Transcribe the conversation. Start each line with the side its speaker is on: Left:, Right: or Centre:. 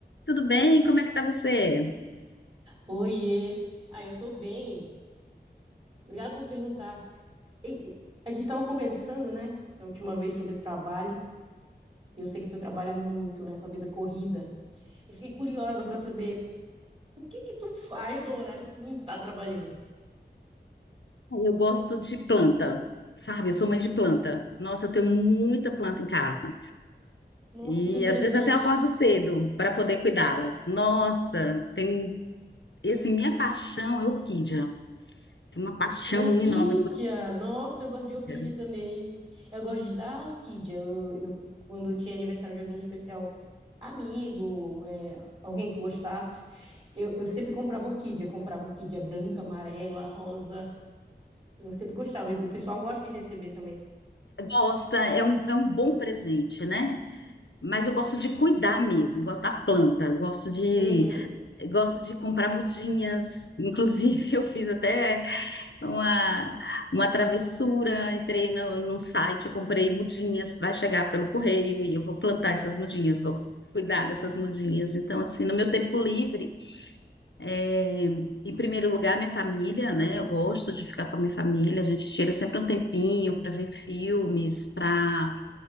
Left: Tudo bem? Como é que tá você?
Right: Oiê! Ah, eu tô bem. Obrigada por perguntar. E- e- a gente estava conversando, né, da última vez sobre trabalho. E eu sei que tu trabalha muito, né, tua vida é corrida. Eu fiquei curiosa para saber o que que tu faz no horário que tu não tá trabalhando.
Left: Ah, Eu gosto de planta, sabe? Eu sou mãe de planta. Nossa, eu tenho muita planta em casa.
Right: Nossa,
Left: E
Right: que interessante.
Left: às vezes até eu acordo cedo para poder cuidá-las. Nossa, tem e, assim, minha paixão é orquídea. Tenho uma paixão
Right: Orquídea,
Left: enorme por
Right: nossa, eu gosto de
Left: orquídea.
Right: orquídea também. Eu gosto de dar orquídea. Eu, eu- quando tinha aniversário de alguém especial, amigo, é, alguém que gostasse, eu, eu sempre comprava orquídea. Comprava orquídea branca, amarela, rosa. Eu sempre gostava. O pessoal gosta de receber também.
Left: Gosta, é um, é um bom presente, né? Mas eu gosto de cuidar mesmo, gosto da planta, gosto de
Right: Uhum.
Left: gosto de comprar mudinhas. Inclusive, <laughs> eu fiz até uma, uma travessura, entrei no, num site, eu comprei mudinhas, vai chegar pelo correio e eu vou plantar essas mudinhas, vou cuidar dessas mudinhas. Então, assim, no meu tempo livre, é, em primeiro lugar, minha família, né? Eu gosto de ficar com a minha família, a gente tira sempre um tempinho para ver filmes, para...